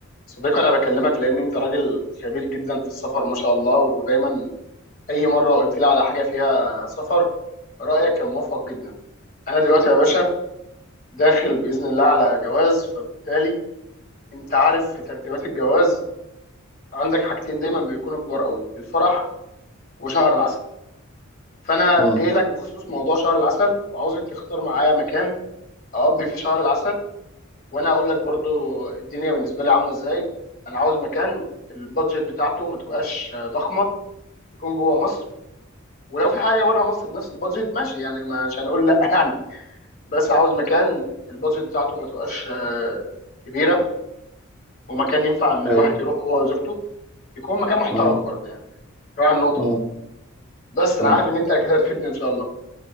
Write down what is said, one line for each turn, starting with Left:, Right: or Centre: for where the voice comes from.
Left: صديقي انا بكلمك لان انت راجل خبير جدا في السفر ما شاء الله ودايما اي مره قلت لي على حاجه فيها سفر رايك كان موفق جدا انا دلوقتي يا باشا داخل باذن الله على جواز فبالتالي انت عارف في ترتيبات الجواز عندك حاجتين دايما بيكونوا كبار قوي الفرح وشهر العسل فانا
Centre: اه
Left: جاي لك بخصوص موضوع شهر العسل وعاوزك تختار معايا مكان اقضي فيه شهر العسل وانا هقول لك برضو الدنيا بالنسبه لي عامله ازاي انا عاوز مكان البادجت بتاعته ما تبقاش ضخمه يكون جوه مصر ولو في حاجه بره مصر بنفس البادجت ماشي يعني مش هنقول لا <laughs> يعني بس عاوز مكان البادجت بتاعته ما تبقاش آه، كبيره ومكان ينفع ان الواحد
Centre: ايوه
Left: يروح هو وزوجته يكون مكان محترم
Centre: اه
Left: برضه يعني راعي النقطه
Centre: اه
Left: دي بس انا
Centre: اه
Left: عارف ان انت اكيد هتفيدني ان شاء الله